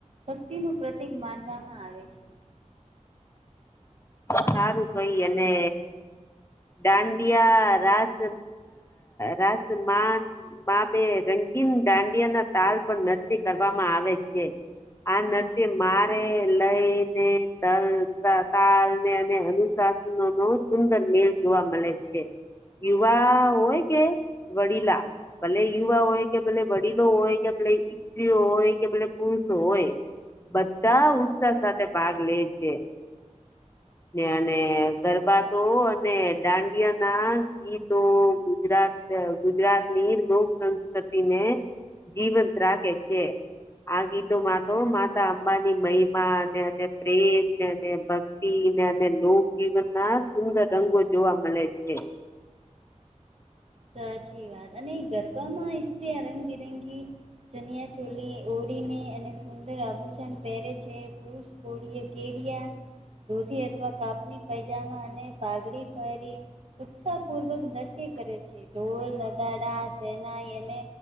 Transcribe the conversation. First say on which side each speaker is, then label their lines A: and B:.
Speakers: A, on the right (about 55°); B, on the left (about 20°).
A: શક્તિનું પ્રતિક માનવામાં આવે છે.
B: સારું કઈ અને ડાંડિયા રાસ રાસમાન બા બે રંગીન દાંડિયા ના તાલ પણ નકી કરવામાં આવે છે. આ નત્ય મારે લઈ તે તલ તાલને અને અનુશાસનો નો સુંદર મેળ જોવા મળે છે. યુવા હોય કે વડીલા ભલે યુવા હોય કે ભલે વડીલો હોય કે ભલે સ્ત્રીઓ હોય કે ભલે પુરુષો હોય બધા ઉત્સાહ સાથે ભાગ લે છે.
A: <unintelligible>
B: અને ગરબાતો અને દાંડિયા ના ગીતો ગુજરાત ગુજરાત ની લોક સંસ્કૃતિને જીવંત રાખે છે આ ગીતોમાં તો માતા અંબાની મહિમા પ્રેમ ને, ભક્તિ ને, અને લોક જીવન ના સુંદર રંગો જોવા મળે છે.
A: સાચી વાત અને ગરબામાં સ્ત્રી રંગ બિરંગી ચનિયા ચોલી ઓળીને અને સુંદર આભૂષણ પહેરે છે પુરુષ કોડીએ કેડીયા ધોતી અથવા કાપની પજામા અને પાઘડી પહેરી ઉત્સાહ પૂર્વક નક્કી કરે છે ઢોલ, નગાડા, સેહણા એને